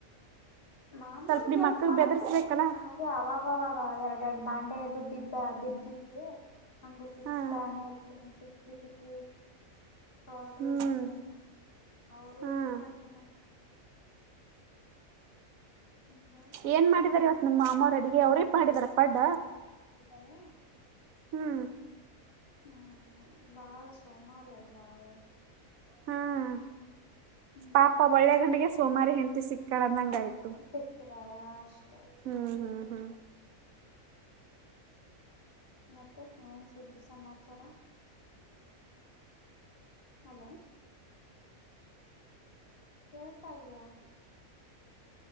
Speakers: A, on the left; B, on the right.
A: ಮಾಮಾ
B: ಸ್ವಲ್ಪ
A: ಅವ್ರಿಗೆ
B: ನಿಮ್
A: ಎಲ್ಪ್
B: ಅಕ್ಕಗ್
A: ಮಾಡರ್ತೀನಿ
B: ಬೆದರ್ಸ್ಬೇಕಲ್ಲ
A: ಹಾಗೆ ಅವಾಗ. ಆವಾಗ ಎರಡೆ ಎರಡು ಬಾಂಡೆದು ಬಿದ್ದ ಬಿದ್ದಿದ್ರೂ ಹಂಗೆ ತಿಂತಾನೆ
B: ಹಾ
A: ತಿಕ್ಕಿ ತಿಕ್ಕಿ ಹದ
B: ಹ್ಮ್
A: ಇಡ್ತೇನೆ ಅವರು
B: ಹ್ಮ್
A: ಅಡುಗೆ ಮಾಡ್ ಹಂಗಾಗಿ
B: ಏನ್ ಮಾಡಿದಾರೆ
A: ಸ್ವಲ್ಪ
B: ಇವತ್ ನಿಮ್ಮ ಮಾಮ್ಮ ಅಡುಗೆ ಅವ್ರೇ ಮಾಡಿದಾರ ಪಾಡ
A: ತಳ <unintelligible>
B: ಹ್ಮ್
A: ಹ್ಮ್ ಬಾಳ ಸೋಮಾರಿ ಆಗಿದ್ದಾಳೆ ಅವಳು.
B: ಹ್ಮ್
A: ಹ್ಮ್
B: ಪಾಪ ಒಳ್ಳೆ ಗಂಡಿಗೆ ಸೋಮಾರಿ ಹೆಂಡ್ತಿ ಸಿಕ್ಕಾಳಂದಂಗ ಆಯ್ತು.
A: ಸಿಕ್ಕದಳಾ ಅಷ್ಟ್
B: ಹ್ಮ್ ಹ್ಮ್ ಹ್ಮ್
A: ಮತ್ತೆ ಏನ್ ಸುದ್ದಿ ಸಮಾಚಾರ. ಹಲೋ ಕೇಳ್ತಾ ಇದ್ದೀಯಾ.